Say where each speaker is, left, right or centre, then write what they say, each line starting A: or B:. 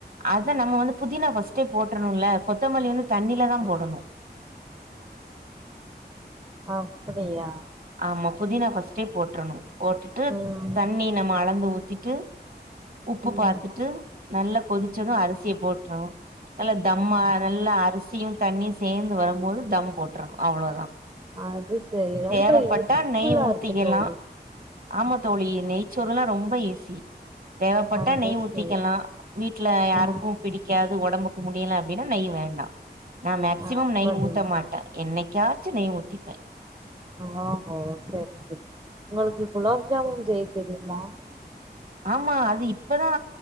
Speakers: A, on the right; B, on the right.
A: அதா நம்ம வந்து புதினா ஃபர்ஸ்ட்டே போட்ரணுல்ல கொத்தமல்லி வந்து தண்ணில தா
B: ஆ
A: போடணு
B: அப்பிடியா
A: ஆமா புதினா ஃபர்ஸ்ட்டே போட்ரணு போட்டுட்டு
B: ம்
A: தண்ணி நம்ம அளந்து ஊத் திட்டு உப்பு
B: ம்
A: பாத்துட்டு நல்லா கொதிச்சது அரிசிய போட்டுணும் நல்ல தம்மா நல்ல அரிசியு தண்ணியு சேர்ந்து வரும்போது தம் போட்றணும் அவ்ளோதா
B: அதுஸ் சேரி ரொம்ப
A: தேவப்பட்டா
B: சிம்புளா
A: நெய் ஊத்திக்கலா
B: இருக்கு தோழி
A: ஆமா தோழி நெய்ச்சி சோறுலா ரொம்ப ஈஸி தேவப்பட்ட
B: அது
A: நெய் ஊத்திக்கலா
B: சரி
A: வீட்ல யாருக்கு
B: ஆ
A: பிடிக்காது ஒடம்புக் முடியல அப்பிடின்னா நெய் வேண்டா நா மேக்சிமம்
B: அப்படியா
A: நெய் ஊத்த மாட்டே என்னைக்காச்சு நெய் ஊத்திப்பே
B: ஓ ஓ சேரி சேரி உங்களுக்கு குலாப் ஜாமுன் செய்ய தெரியுமா
A: ஆமா அது இப்பதா